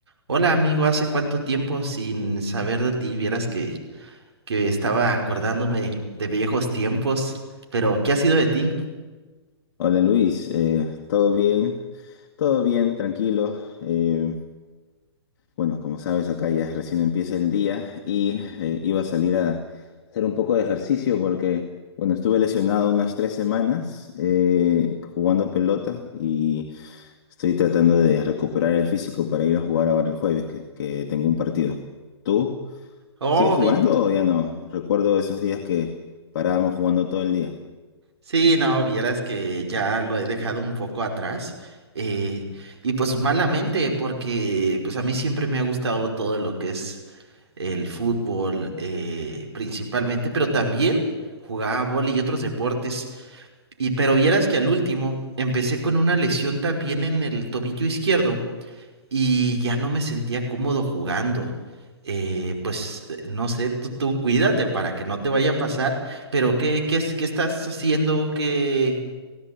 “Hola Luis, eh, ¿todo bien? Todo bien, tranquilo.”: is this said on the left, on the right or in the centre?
Left